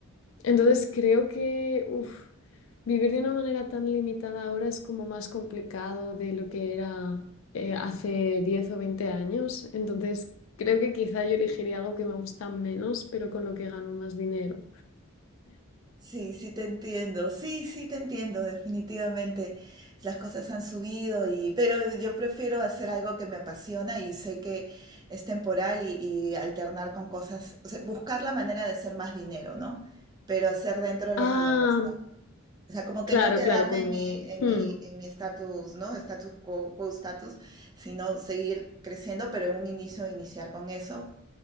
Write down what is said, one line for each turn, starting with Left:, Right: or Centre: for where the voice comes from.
Left: Entonces creo que uf, vivir de una manera tan limitada ahora es como más complicado de lo que era eh, hace 10 o 20 años. Entonces creo que quizá yo elegiría algo que me gusta menos, pero con lo que gano más dinero.
Right: Sí, sí te entiendo, sí, sí te entiendo, definitivamente. Las cosas han subido y, pero yo prefiero hacer algo que me apasiona y sé que es temporal y, y alternar con cosas, o sea, buscar la manera de hacer más dinero, ¿no? Pero hacer dentro de lo
Left: Ah,
Right: que me gusta. O sea, como que
Left: claro,
Right: no quedarme
Left: claro, como...
Right: en mi, en
Left: hmm,
Right: mi, en mi status, ¿no? Status quo, quo status, sino seguir creciendo, pero en un inicio iniciar con eso,